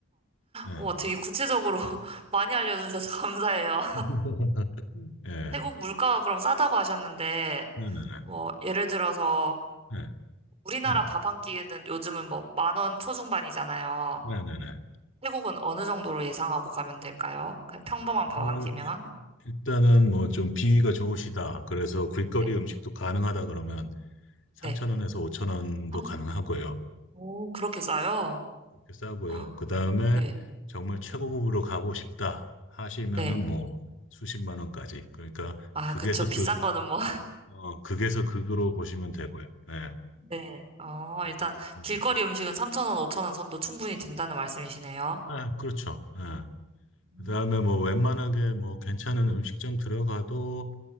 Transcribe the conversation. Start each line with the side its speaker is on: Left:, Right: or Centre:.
Left: 네.
Right: 우와, 되게 구체적으로 <laughs> 많이 알려주셔서 <laughs> 감사해요.
Left: <laughs> 예.
Right: 태국 물가가 그럼 싸다고 하셨는데,
Left: 네네네.
Right: 뭐, 예를 들어서
Left: 네.
Right: 우리나라
Left: 음.
Right: 밥 한 끼는 요즘은 뭐 만 원 초중반이잖아요.
Left: 네네네.
Right: 태국은 어느 정도로 예상하고 가면 될까요? 그냥 평범한 밥
Left: 어,
Right: 한 끼면?
Left: 일단은 뭐 좀 비위가 좋으시다. 그래서 길거리
Right: 네.
Left: 음식도 가능하다 그러면 3천원에서5천원도
Right: 네. 헉,
Left: 가능하고요.
Right: 오, 그렇게 싸요?
Left: 이렇게 싸고요.
Right: 헉,
Left: 그 다음에
Right: 네.
Left: 정말 최고급으로 가고 싶다 하시면은
Right: 네.
Left: 뭐 수십만 원까지. 그러니까
Right: 아,
Left: 극에서
Right: 그쵸. 비싼
Left: 극,
Right: 거는 뭐.
Left: 어, 극에서 극으로 보시면 되고요. 예.
Right: 네. 어,
Left: 그렇게
Right: 일단
Left: 보시면
Right: 길거리
Left: 될 거예요.
Right: 음식은 3,000원, 5,000원 선도 충분히 된다는 말씀이시네요.
Left: 예, 그렇죠. 예.
Right: 음.
Left: 그 다음에 뭐 웬만하게 뭐 괜찮은 음식점 들어가도